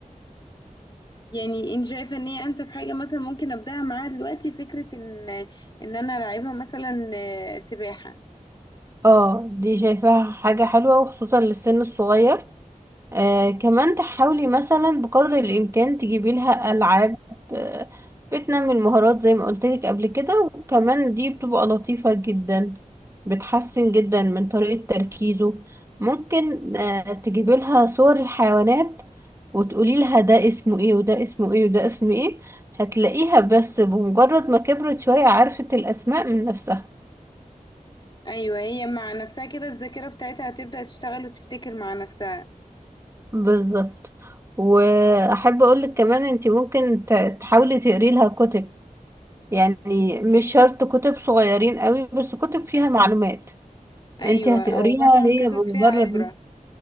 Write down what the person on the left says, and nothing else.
يعني انت شايفه ان هي انسب حاجه مثلا ممكن ابداها معاها دلوقتي فكره ان ان انا العبها مثلا آه، سباحه
ايوه هي مع نفسها كده الذاكره بتاعتها هتبدا تشتغل وتفتكر مع نفسها
ايوه
او مثلا
قصص
فيها عبره